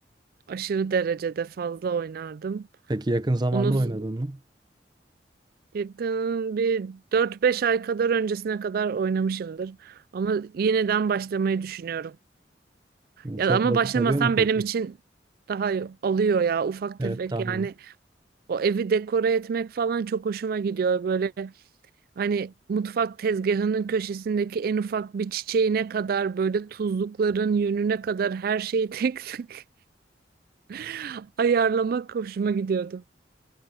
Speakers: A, on the right (about 55°); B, on the right (about 25°).
A: aşırı derecede fazla oynardım.
B: Peki yakın zamanda
A: Onu s-
B: oynadın mı?
A: yakın bir dört beş ay kadar öncesine kadar oynamışımdır. Ama yeniden başlamayı düşünüyorum. Ya
B: Çok
A: ama
B: vakit
A: başlamasam
B: alıyor mu peki?
A: benim için daha iyi alıyor ya ufak
B: Evet
A: tefek
B: tahmin
A: yani o evi dekore etmek falan çok hoşuma gidiyor böyle hani mutfak tezgahının köşesindeki en ufak bir çiçeğine kadar böyle tuzlukların yönüne kadar her şeyi tek tek <laughs> ayarlamak hoşuma gidiyordu.